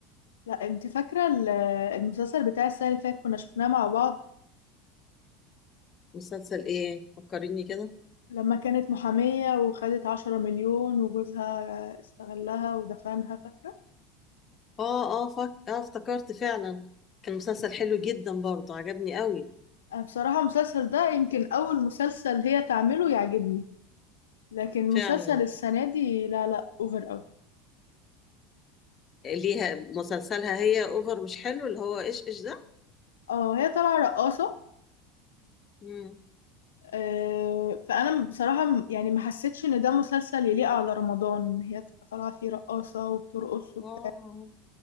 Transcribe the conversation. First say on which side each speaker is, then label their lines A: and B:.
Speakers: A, on the left; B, on the left.
A: لا انت فاكره ال- المسلسل بتاع السنه اللي فاتت كنا شفناه مع بعض
B: مسلسل ايه فكريني كده
A: لما كانت محامية وخدت عشرة مليون وجوزها استغلها ودفنها فاكرة
B: اه اه فك... اه افتكرت فعلا كان مسلسل حلو جدا برضو عجبني قوي
A: أنا بصراحة المسلسل ده يمكن أول مسلسل هي تعمله يعجبني لكن
B: فعلا
A: مسلسل السنة دي لا لا أوفر أوي
B: ليها مسلسلها هي اوفر مش حلو اللي هو ايش ايش ده
A: اه هي طالعة رقاصة
B: مم.
A: آه، فأنا بصراحة م- يعني ما حسيتش إن ده مسلسل يليق على رمضان إن هي تبقى طالعة فيه رقاصة وبترقص وبتاع
B: اه